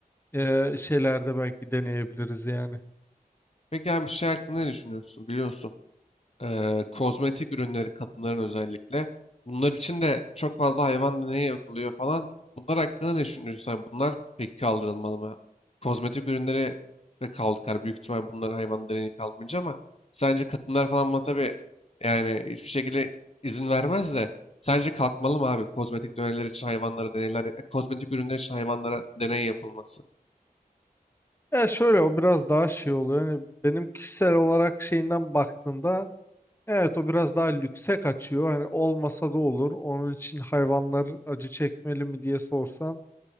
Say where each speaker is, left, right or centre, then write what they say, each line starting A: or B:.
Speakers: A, on the left; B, on the left.
A: e, şeylerde belki deneyebiliriz yani.
B: Peki abi bir şey hakkında ne düşünüyorsun biliyorsun. Eee, kozmetik ürünleri kadınların özellikle. Bunlar için de çok fazla hayvan deneyi yapılıyor falan. Bunlar hakkında ne düşünüyorsun? Yani Bunlar peki kaldırılmalı mı? Kozmetik ürünleri de kalkar. Büyük ihtimal bunlara hayvan deneyi kalmayınca ama sence kadınlar falan buna tabii yani hiçbir şekilde izin vermez de sence kalkmalı mı abi? Kozmetik deneyler için hayvanlara deneyler, e, kozmetik ürünler için hayvanlara deney yapılması.
A: Ya şöyle o biraz daha şey oluyor. Hani benim kişisel olarak şeyinden baktığında evet o biraz daha lükse kaçıyor. Hani olmasa da olur. Onun için hayvanlar acı çekmeli mi diye sorsan